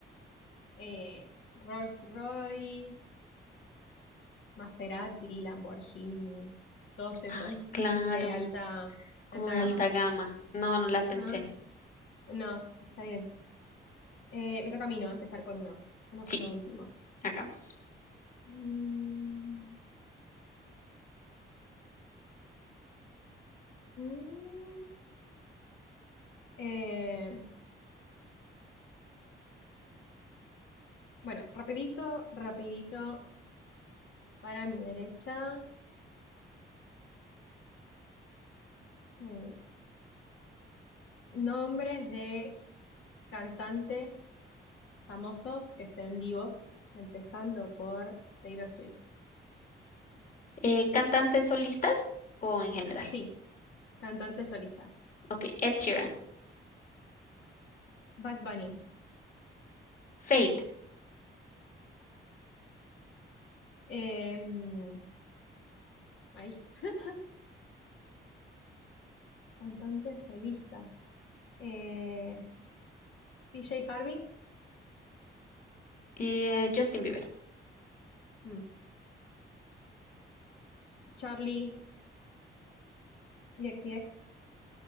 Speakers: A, on the left; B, on the left.
A: eh, Rolls-Royce, Maserati, Lamborghini, todos esos
B: Ay, claro,
A: de alta,
B: como
A: de alta
B: de
A: gama.
B: alta gama. No, no la
A: Ajá.
B: pensé.
A: No, está bien. Eh, me toca a mí, ¿no? Empezar con uno. Somos
B: Sí,
A: uno último.
B: hagamos.
A: Mm, mm, eh, bueno, rapidito, rapidito, para mi derecha, eh, nombres de cantantes Famosos que estén vivos, empezando por Taylor Swift.
B: Eh, ¿cantantes solistas o en general?
A: Sí, cantantes solistas.
B: Ok, Ed Sheeran,
A: Bad Bunny.
B: Fate,
A: Em, ahí. <laughs> Cantantes solistas. Eh, P J Harvey.
B: eh, Justin Bieber,
A: Mm. Charlie X C X.